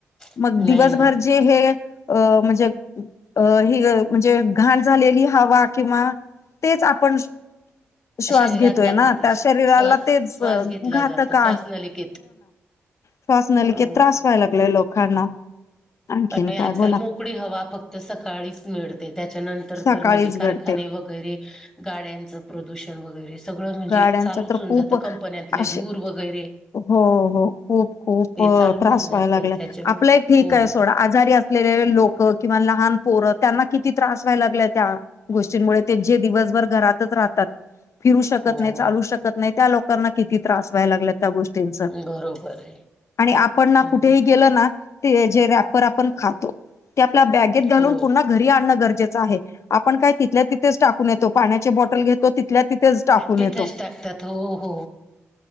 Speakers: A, in the centre; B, on the left (about 55°).
A: आहे
B: मग दिवसभर
A: नाही ना
B: जे? हे अ म्हणजे अ ह म्हणजे घाण झालेली हवा किंवा. तेच आपण श्वास
A: शरीरात
B: घेतोय
A: जाते
B: ना
A: ती
B: त्या
A: श्वास
B: शरीराला तेच?
A: श्वास
B: घातक
A: घेतला जातो श्वासनलिकेत
B: श्वासना
A: अं
B: लिक त्रास व्हाय लागलाय लोकांना. आणखीन
A: पण आजकाल
B: काय बोला
A: मोकळी हवा फक्त सकाळीच मिळते त्याच्यानंतर
B: सकाळीच
A: तर म्हणजे कारखाने
B: घडते
A: वगैरे! वगैरे गाड्यांचं प्रदूषण वगैरे! सगळं म्हणजे
B: गाड्यांचा
A: चालूच
B: तर
A: होऊन
B: खूप
A: जातं कंपन्यातले
B: असे
A: धूर वगैरे.
B: हो हो खूप खूप
A: ते चालू
B: त्रास
A: होऊन जातं
B: व्हायला लागलाय
A: त्याच्यामुळे
B: आपलं ठीक
A: हो
B: आहे सोड. आजारी असलेले लोक किंवा लहान पोर त्यांना किती त्रास व्हायला लागल्या त्या! गोष्टींमुळे ते जे दिवसभर घरातच राहतात फिरू
A: हो
B: शकत!
A: हो
B: नाही चालू शकत नाही त्या लोकांना किती त्रास व्हाय लागत! त्या गोष्टींच
A: बरोबर आहे.
B: आणि आपण ना
A: हम्म.
B: कुठेही गेल ना? ते जे रॅपर आपण खातो ते आपल्या बॅगेत घालून
A: हो
B: पुन्हा? घरी आण गजे आपण का. तिल्या तिथेच टाकून येतो पाण्याची बॉटल घेतो तिथल्या तिेच टाको क
A: तिथंच टाकतात हो हो